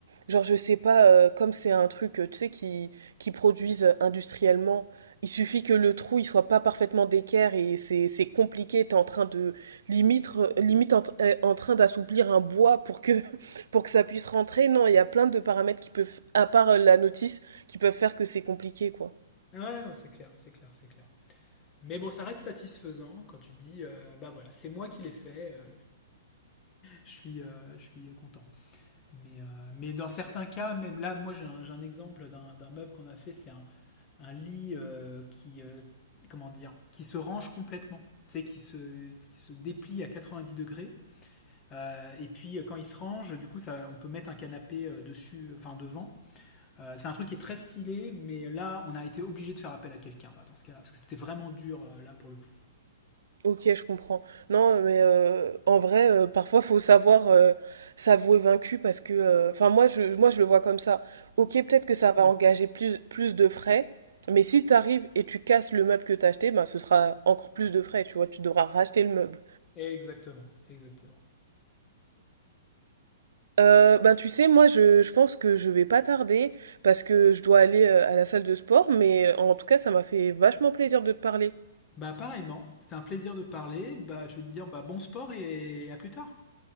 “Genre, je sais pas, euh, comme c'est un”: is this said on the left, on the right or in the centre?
Right